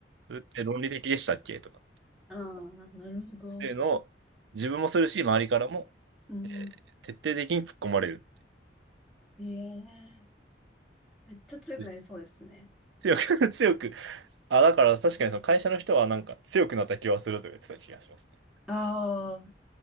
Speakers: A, on the right (about 80°); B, in the centre.
A: それって論理的でしたっけとか、
B: ああ、なるほど。
A: っていうのを自分もするし、周りからも、
B: うんうん。
A: えー徹底的に突っ込まれる。
B: ええめっちゃ強くなりそうですね。
A: で強く、<laughs> 強くあ、だから確かにその会社の人はなんか強くなった気はするとか言ってた気がしますね。
B: ああ、